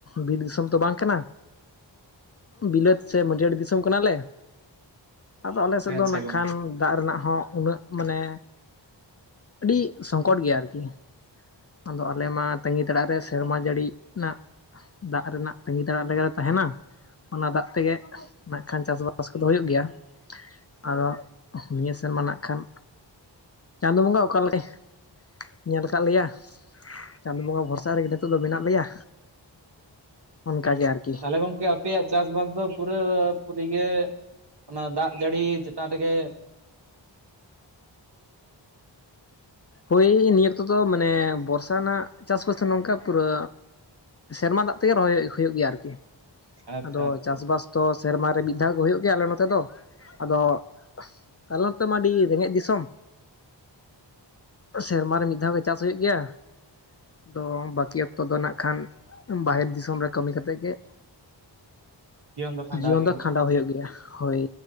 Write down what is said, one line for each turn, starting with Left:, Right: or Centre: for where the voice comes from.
Left: ᱵᱤᱨ ᱫᱤᱥᱚᱢ ᱛᱚ ᱵᱟᱝ ᱠᱟᱱᱟ ᱵᱤᱞᱟᱹᱛ ᱥᱮ ᱢᱟᱹᱴᱭᱟᱲ ᱫᱤᱥᱚᱢ ᱠᱟᱱᱟ ᱞᱮ᱾ ᱟᱫᱚ ᱟᱞᱮ ᱥᱮᱫ
Right: ᱟᱪᱪᱷᱟ
Left: ᱫᱚ ᱱᱟᱜᱠᱷᱟᱱ
Right: ᱜᱚᱝᱠᱮ
Left: ᱫᱟᱜ ᱨᱮᱱᱟᱜ ᱦᱚᱸ ᱩᱱᱟᱹᱜ ᱢᱟᱱᱮ ᱟᱹᱰᱤ ᱥᱚᱝᱠᱚᱴ ᱜᱮᱭᱟ ᱟᱨ ᱠᱤ᱾ ᱟᱫᱚ ᱟᱞᱮ ᱢᱟ ᱛᱟᱹᱜᱤ ᱛᱟᱲᱟᱜ ᱨᱮ ᱥᱮᱨᱢᱟ ᱡᱟᱹᱲᱤ ᱱᱟᱜ ᱫᱟᱜ ᱨᱮᱱᱟᱜ ᱛᱟᱸᱜᱤ ᱛᱟᱲᱟᱜ ᱞᱮᱜᱮ ᱞᱮ ᱛᱟᱦᱮᱱᱟ ᱚᱱᱟ ᱫᱟᱜ ᱛᱮ ᱜᱮ ᱱᱟᱜᱠᱷᱟᱱ ᱪᱟᱥ ᱵᱟᱥ ᱠᱚ ᱫᱚ ᱦᱳᱭᱳᱜ ᱜᱮᱭᱟ᱾ ᱟᱫᱚ ᱱᱤᱭᱟᱹ ᱥᱮᱨᱢᱟ ᱱᱟᱜᱠᱷᱟᱱ ᱪᱟᱸᱫᱳ ᱵᱚᱸᱜᱟ ᱚᱠᱟ ᱞᱮᱠᱟ <inaudible> ᱧᱮᱞ ᱠᱟᱫ ᱞᱮᱭᱟ᱾ ᱪᱟᱸᱫᱳ ᱵᱚᱸᱜᱟ ᱵᱷᱚᱨᱥᱟ ᱨᱮ ᱜᱮ ᱱᱤᱛᱳᱜ ᱫᱚ ᱢᱮᱱᱟᱜ ᱞᱮᱭᱟ᱾ ᱚᱱᱠᱟ ᱜᱮ ᱟᱨᱠᱤ
Right: ᱛᱟᱦᱟᱞᱮ ᱜᱚᱝᱠᱮ ᱟᱯᱮᱭᱟᱜ ᱪᱟᱥ ᱵᱟᱥ ᱫᱚ ᱯᱩᱨᱟᱹ ᱯᱩᱨᱤ ᱜᱮ ᱚᱱᱟ ᱫᱟᱜ ᱡᱟᱹᱲᱤ ᱪᱮᱛᱟᱱ ᱨᱮ ᱜᱮ
Left: ᱦᱳᱭ ᱱᱤᱭᱟᱹ ᱚᱠᱛᱚ ᱫᱚ ᱢᱟᱱᱮ ᱵᱚᱨᱥᱟ ᱱᱟᱜ ᱪᱟᱥ ᱵᱟᱥ ᱫᱚ ᱱᱚᱝᱠᱟ ᱯᱩᱨᱟᱹ ᱥᱮᱨᱢᱟ ᱫᱟᱜ ᱛᱮ ᱜᱮ ᱨᱚᱦᱚᱭ ᱦᱳᱭᱳᱜ ᱜᱮᱭᱟ ᱟᱨᱠᱤ᱾
Right: ᱟᱪᱪᱷᱟ
Left: ᱟᱫᱚ
Right: ᱟᱪᱪᱷᱟ
Left: ᱪᱟᱥ ᱵᱟᱥ ᱫᱚ ᱥᱮᱨᱢᱟ ᱨᱮ ᱢᱤᱫ ᱫᱷᱟᱣ ᱜᱮ ᱦᱳᱭᱳᱜ ᱜᱮᱭᱟ ᱟᱞᱮ ᱱᱚᱛᱮ ᱫᱚ ᱟᱫᱚ ᱟᱞᱮ ᱱᱚᱛᱮ ᱢᱟ ᱟᱹᱰᱤ ᱨᱮᱸᱜᱮᱡ ᱫᱤᱥᱚᱢ᱾ ᱥᱮᱨᱢᱟ ᱨᱮ ᱢᱤᱫ ᱫᱷᱟᱣ ᱜᱮ ᱪᱟᱥ ᱦᱳᱭᱳᱜ ᱜᱮᱭᱟ᱾ ᱟᱫᱚ ᱵᱟᱹᱠᱤ ᱚᱠᱛᱚ ᱫᱚ ᱱᱟᱜᱠᱷᱟᱱ ᱵᱟᱦᱮᱨ ᱫᱤᱥᱚᱢ ᱨᱮ ᱠᱟᱹᱢᱤ ᱠᱟᱛᱮᱫ ᱜᱮ
Right: ᱫᱚ ᱠᱷᱟᱸᱰᱟᱣ
Left: ᱡᱤᱭᱚᱱ ᱫᱚ ᱠᱷᱟᱸᱰᱟᱣ ᱦᱳᱭᱳᱜ ᱜᱮᱭᱟ ᱦᱳᱭ᱾